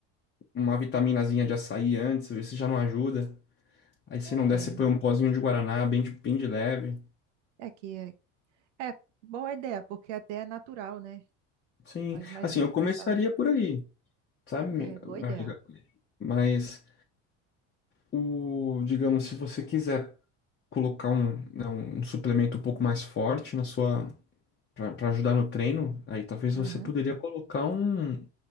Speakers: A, on the left; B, on the right.
A: uma vitaminazinha de açaí antes, vê se já não ajuda. Aí se
B: É,
A: não der, você põe um pozinho de guaraná, bem de, bem de leve.
B: é que é, é boa ideia, porque até é natural, né?
A: Sim,
B: Faz mais
A: assim,
B: bem
A: eu começaria
B: para a saúde.
A: por aí, sabe, mi-
B: É, boa
A: minha
B: ideia.
A: amiga? Mas o, digamos, se você quiser colocar um, né, um suplemento um pouco mais forte na sua para ajudar no treino, aí talvez você
B: Aham.
A: poderia colocar um,